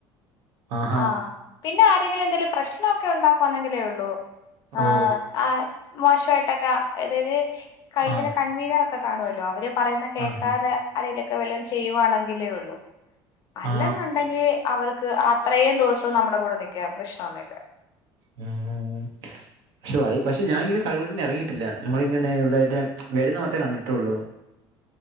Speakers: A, on the right (about 65°); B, on the left (about 45°).
A: അ ആ
B: ആഹ് പിന്നെ ആരെങ്കിലും എന്തേങ്കിലും പ്രശ്നമൊക്കെ ഉണ്ടാക്കുന്നെങ്കിലേ ഉള്ളൂ ആ
A: ഓ
B: ആ മോശമായിട്ടൊക്കെ തായത് കൈത
A: ആ
B: കൺവീനറക്കെ കാണുവല്ലോ അവര് പറയുന്നെ കേക്കാതെ
A: ആഹാ
B: <unintelligible> ക്കെ വല്ലാം ചെയ്യുവാണെങ്കിലേ ഒള്ളൂ അല്ലെന്നുണ്ടെങ്കി
A: ആ
B: അവർ ക്ക് അ ത്രയും ദിവസും നമ്മുടെ കൂടെ നിൽക്കാം പ്രശ്നൊന്നുഇല്ല
A: ഉം പക്ഷെ വായി പക്ഷെ ഞാന ഇങ്ങനെ കഴിവുകളന്നും ഇറങ്ങിയിട്ടില്ല നമ്മളിങ്ങനെ ഇവിടട്ട് വരുന്ന മാത്രേ കണ്ടിട്ടൊള്ളു